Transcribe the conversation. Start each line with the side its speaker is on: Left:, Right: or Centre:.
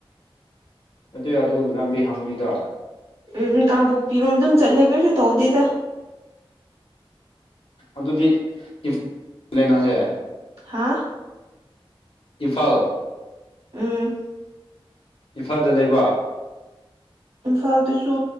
Left: ꯅꯠꯇꯦ ꯑꯗꯨ ꯂꯝꯕꯤ ꯍꯪꯕꯅꯤꯗ
Right: ꯎꯝ ꯀꯥꯡꯄꯣꯛꯄꯤꯔꯣꯝ ꯑꯗꯨꯝ ꯆꯠꯂꯦ ꯀꯩꯁꯨ ꯇꯧꯗꯦꯗ
Left: ꯑꯗꯨꯗꯤ ꯏꯐ <unintelligible> ꯂꯩꯏꯅꯥꯁꯦ
Right: ꯍꯥꯥ
Left: ꯏꯝꯐꯥꯜ
Right: ꯎꯝ
Left: ꯏꯝꯐꯥꯜꯗ ꯂꯩꯕ
Right: ꯏꯝꯐꯥꯜꯗꯁꯨ